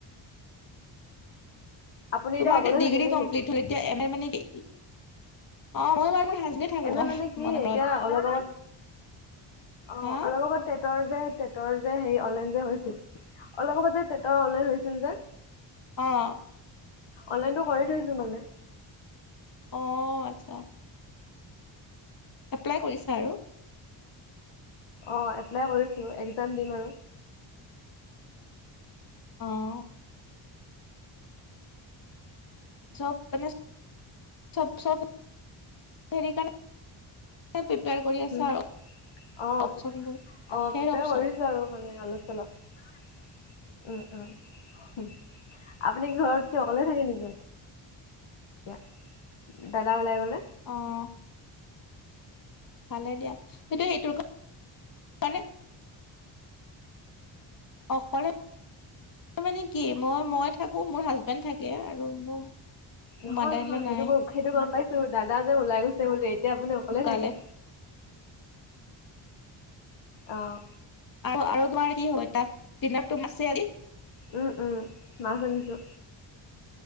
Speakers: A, on the left; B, on the left.
A: আপুনি
B: তোমাৰ
A: অকলে
B: এতিয়া ডিগ্ৰী
A: থাকে নেকি?
B: কমপ্লিট হ'ল এতিয়া এম এ মানে কি অ মই হাজবেণ্ডে থাকো
A: এম এ মানে কি
B: মনে
A: এতিয়া
B: ঘৰত
A: অলপ আগত অ
B: হা
A: অলপ আগত টেটৰ যে টেটৰ যে হেৰি অনলাইন যে হৈছিল অলপ আগত যে টেটৰ অনলাইন হৈছিল যে
B: অহ'
A: অনলাইটো কৰি থৈছো মানে
B: অ আচ্ছা এপ্লাই কৰিচা আৰু
A: অ এপ্লাই কৰিছো একজাম দিম আৰু
B: অহ চব মানে চব চব হেৰি কাৰনে প্ৰিপেৰ কৰি আছা
A: উম
B: আৰু
A: অ
B: অপচনবোৰ
A: পিপিআৰ
B: ধেৰ অপচন
A: কৰিছো আৰু মানে অলপ চলপ উম উম আপুনি ঘৰত কি অকলে থাকে নেকি? য়া দাদা উলাই গ'লে
B: অহ ভালে দিয়া কিন্তু সেইটো মানে অকলে মানে কি মই মই থাকো মোৰ হাজবেণ্ড থাকে আৰু মোৰ
A: নহয়
B: মাদাৰ
A: নহয়
B: ইন ল
A: সেইটো
B: নাই
A: সেইটো গম পাইছো দাদা যে ওলাই গৈছে বোলো এতিয়া আপুনি অকলে
B: ঢুকালে
A: থাকে? অহ
B: আৰু আৰু তোমাৰ কি হয় তা ডিনাৰতো মাছে আজি?
A: উম উম মাছ ভাজিজো